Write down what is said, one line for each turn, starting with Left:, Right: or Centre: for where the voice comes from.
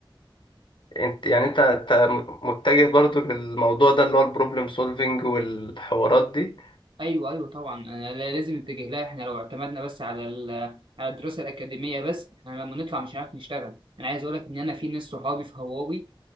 Left: انت يعني انت انت متجه برضو للموضوع ده اللي هو البروبلم سولفينج والحوارات دي
Right: ايوه ايوه طبعا أنا لا- لازم نتجه لها احنا لو اعتمدنا بس على ال- على الدراسه الاكاديميه بس احنا لما نطلع مش هنعرف نشتغل انا عايز اقول لك ان انا في ناس صحابي في هواوي